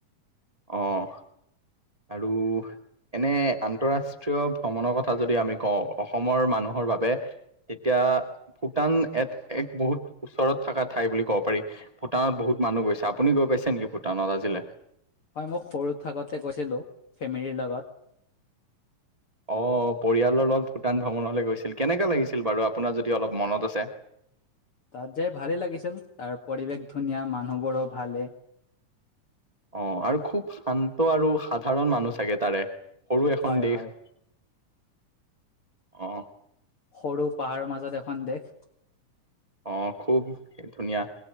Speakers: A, on the right (about 15°); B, on the left (about 45°).
A: অঁ, আৰু- এনে আন্তঃৰাষ্ট্ৰীয় ভ্ৰমণৰ কথা যদি আমি কওঁ, অসমৰ মানুহৰ বাবে- তেতিয়া ভূটান এক -এক বহুত ওচৰত থকা ঠাই বুলি ক'ব পাৰি। ভূটানত বহুত মানুহ গৈছে। আপুনি গৈ পাইছে নেকি ভূটানত আজিলে?
B: হয়, মই সৰু থাকতে গৈছিলোঁ ফেমিলিৰ লগত।
A: অঁ, পৰিয়ালৰ লগত ভূটান ভ্ৰমণলৈ গৈছিল। কেনেকে লাগিছিল বাৰু আপোনাৰ যদি অলপ মনত আছে?
B: তাত যাই ভালে লাগিছিল, তাৰ পৰিৱেশ ধুনীয়া, মানুহবোৰো ভালেই।
A: অঁ আৰু খুব শান্ত আৰু সাধাৰণ মানুহ চাগে তাৰে, সৰু এখন
B: হয়
A: দেশ।
B: হয়
A: অঁ।
B: সৰু পাহাৰ মাজত এখন দেশ।
A: অঁ, খুব ধুনীয়া